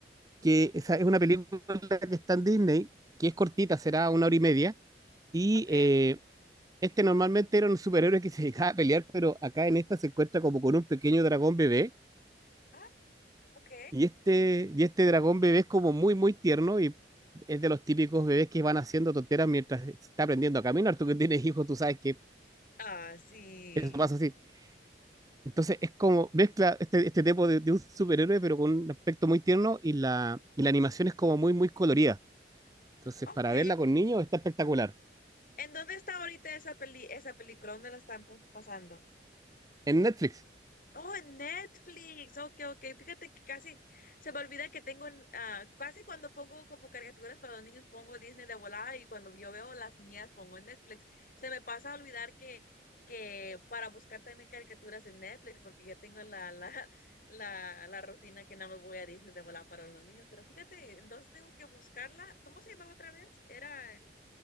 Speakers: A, on the right; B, on the left.
A: que esa es una película que está en Disney, que es cortita, será una hora y media, y
B: Ok.
A: eh, este normalmente era un superhéroe que se dedicaba a pelear, pero acá en esta se encuentra como con un pequeño dragón bebé
B: Ah, ok.
A: Y este, y este dragón bebé es como muy, muy tierno y es de los típicos bebés que van haciendo tonteras mientras se está aprendiendo a caminar. Tú que tienes hijos, tú sabes que
B: Ah, sí.
A: eso pasa así. Entonces es como mezcla este, este tipo de, de un superhéroe, pero con un aspecto muy tierno y la, y la animación es como muy, muy colorida. Entonces,
B: Ok.
A: para verla con niños está espectacular.
B: ¿En dónde está ahorita esa peli, esa película? ¿Dónde la están pos- pasando?
A: En Netflix,
B: Oh, en Netflix. Ok, ok. Fíjate que casi se me olvida que tengo, en- ah, casi cuando pongo como caricaturas para los niños, pongo Disney de volada y cuando yo veo las mías, pongo en Netflix. Se me pasa a olvidar que, que para buscar también caricaturas en Netflix, porque ya tengo la, <laughs> la, la, la rutina que no me voy a Disney de volada para los niños. Pero fíjate, entonces tengo que buscarla. ¿Cómo se llamaba otra vez? Era el